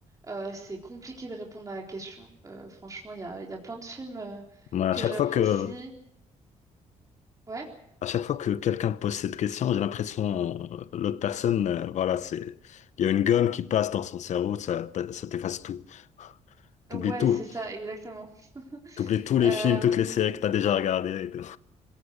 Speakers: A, on the right; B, on the left.
A: euh, c'est compliqué de répondre à la question. Euh, franchement, il y a, il y a plein de films euh,
B: Mais à
A: que
B: chaque
A: j'apprécie.
B: fois que,
A: Ouais?
B: à chaque fois que quelqu'un pose cette question, j'ai l'impression euh, l'autre personne, euh, voilà, c'est, il y a une gomme qui passe dans son cerveau, ça, t- ça t'efface tout. T'oublies
A: Ouais,
B: tout.
A: c'est ça, exactement. <laughs>
B: T'oublies tous les
A: Euh,
B: films, toutes les séries que t'as déjà regardées et tout.